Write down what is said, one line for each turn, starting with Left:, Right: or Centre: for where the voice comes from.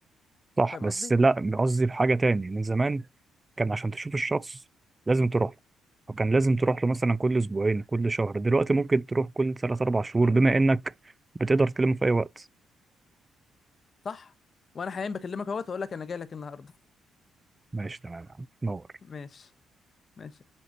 Right: صح
Left: فاهم
Right: بس
Left: قصدي
Right: لا قصدي بحاجة تاني من زمان كان عشان تشوف الشخص لازم تروح له وكان لازم تروح له مثلا كل اسبوعين كل شهر دلوقتي ممكن تروح كل ثلاث اربع شهور بما انك بتقدر تكلمه في اي وقت
Left: صح وانا حاليا بكلمك اهوت واقول لك انا جاي لك النهارده
Right: ماشي تمام يا عم. نور
Left: <laughs> ماشي ماشي